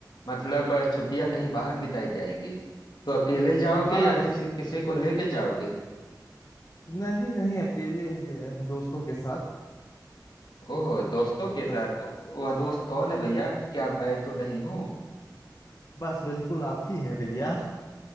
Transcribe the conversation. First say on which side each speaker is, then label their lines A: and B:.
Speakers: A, on the left; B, on the left.
A: मतलब अ, छुट्टियां कहीं बाहर बिताई जाएंगी तो अकेले जाओगे
B: हाँ
A: या
B: इस-
A: किसी किसी को लेके जाओगे
B: नहीं नहीं अकेले ही गए- दोस्तों के साथ
A: ओह दोस्तों के साथ
B: बस
A: तो वह दोस्त कौन है भैया क्या मैं तो नहीं हूँ
B: बस बिल्कुल आप ही हैं भैया